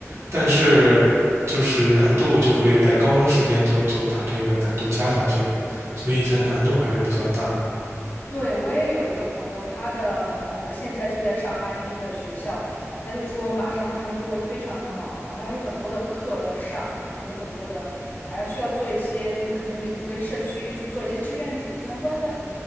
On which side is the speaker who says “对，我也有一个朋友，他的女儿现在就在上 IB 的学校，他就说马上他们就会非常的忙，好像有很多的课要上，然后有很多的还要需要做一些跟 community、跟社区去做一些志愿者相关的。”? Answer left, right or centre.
Left